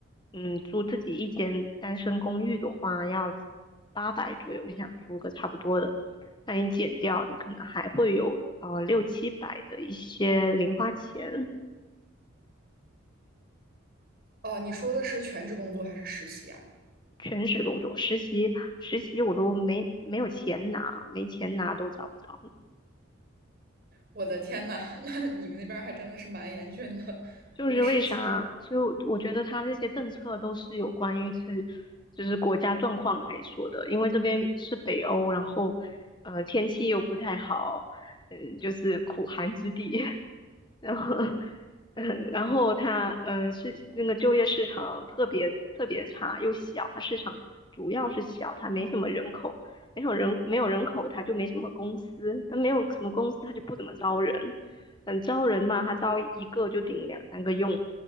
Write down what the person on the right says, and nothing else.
哦，你说的是全职工作还是实习啊？
我的天呐，<laughs> 那你们那边儿还真的是蛮严峻的。
我实习生，